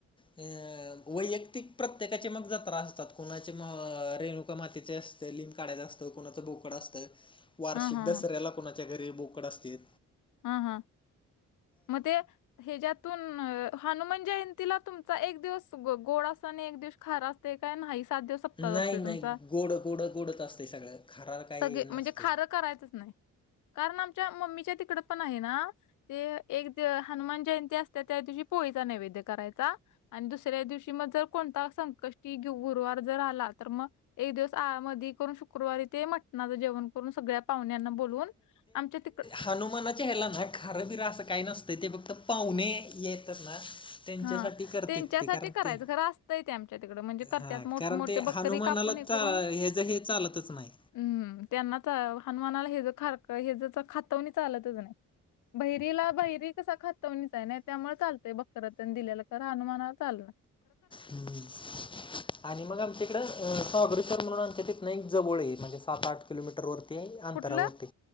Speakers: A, on the left; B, on the left.
A: वैयक्तिक प्रत्येकाचे मग जत्रा असतात कोणाचे मग रेणुका मातेचे अस लिंंग काढायच असतं कोणाचं बोकड असतं वार्षिक
B: हा हा
A: दसऱ्याला
B: हा
A: कोणाच्या घरी बोकड असतेत.
B: हा हा म ते हच्यातून हनुमान जयंतीला तुमचा एक दिवस गोड अस आणि एक दिवस खारा ते काय नाही सात दिवस पता
A: नाही
B: असतोय
A: नाही
B: तुमचा
A: गोड गोड गोडच असते सगळं खार काही
B: सगळे
A: नसते
B: म्हणजे खारं करायचंच नाही. कारण आमच्या मम्मीच्या तिकड पण आहे ना. ते एक हनुमान जयंती असतिया त्या दिवशी पोळीचा नैवेद्य करायचा. आणि दुसऱ्या दिवशी मग जर कोणता संकष्टी गुरुवार जर आला तर मग एक दिवस आ मध्ये करून शुक्रवारी ते म टणाचं जेवण करून सगळ्या पाहुण्यांना बोलवून आमच्या तिकड
A: हनुमाना ला ना खारंबिरा असं काही नसतंय ते फक्त पाहुणे येतात ना. त्यांच्यासाठी
B: हां,
A: करतेत
B: त्यांच्यासाठी
A: ते कारण
B: करायचं
A: ते
B: खरं असतंय ते आमच्या तिकडं म्हणजे करत्यात
A: हा
B: मोठमोठे
A: कारण ते
B: बकरी
A: हनुमानाला
B: कापून हे
A: हा
B: करून
A: ह्यज हे चालतच नाही.
B: हम्म त्यांना च हनुमानाला हे ज खार ह ज खातवणी चालतच नाही. बहिरीला बहिरी कसा खातवणीचा आहे ना त्यामुळे चालतय बक खार तेन दिलेल खर हनुमाना चालत नाय.
A: हम्म. आणि मग आमच्या इकडं स्वागरेश्वर म्हणून आमच्या तिथंन एक जवळ म्हणजे सात आठ किलोमीटर वर ते अंतरावर
B: कुठलं?
A: ते